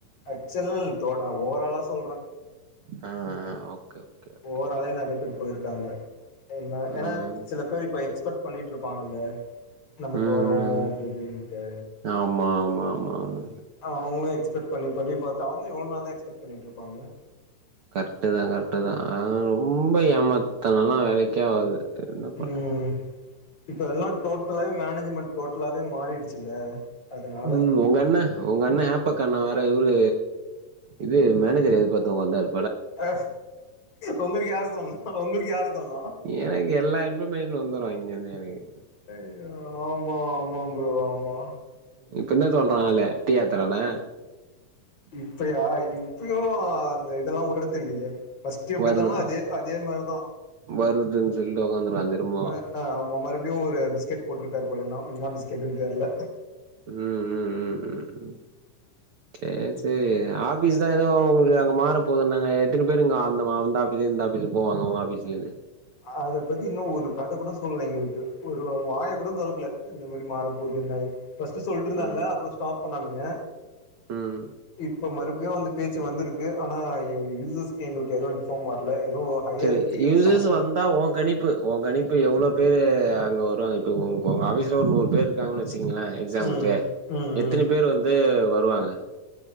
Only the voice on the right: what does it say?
ஆ ஆ ஓகே ஓகே ஓகே
ஓகே
ம்
ம்
ம்
ஆமா ஆமா ஆமா ஆமா
கரெக்டு தா கரெக்டு தா ரொம்ப ஏமாத்தனல்லா வேலைக்கே ஆவாது என்ன பண்ற
ம் ஒங்க அண்ண உங்க அண்ணன் ஹாப்பக் அண்ணே வேற இவரு இது மேனேஜர் எதிர்பாத்த ஒக்காந்தாரு
எனக்கு எல்லா இன்ஃபர்மேஷனு வந்துரு இங்க இருந்து எனக்கு
இப்ப என்ன சொல்றா ஆளு டீ ஆத்துறானா
வருது
வருதுன்னு சொல்லிட்டு உக்காந்துருக்கா திரும்பவு
ம் ம் ம் ம் சேர் சேரி ஆ ஃபீஸ் தான் ஏதோ உங்களுக்கு அங்க மாற போது நாங்க எத்தன பேரு இங்க அந்த அந்த ஆஃபீஸு இந்த ஆஃபீஸு போவங்க ஆஃபீஸ்ல இருந்து
ம்
ம்
சேரி
யூசர்ஸ்
வந்தா ஒ கணிப்பு ஒ கனிப்பு எவ்ளோ பேரு அங்க வருவாங்க இப்ப உ உங்க ஆஃபீஸ்ல ஒரு நூறு பேர் இருக்காங்கன்னு வச்சுங்களே எக்ஸாம்பிளுக்கு
எத்தன
பேர் வந்து வருவாங்க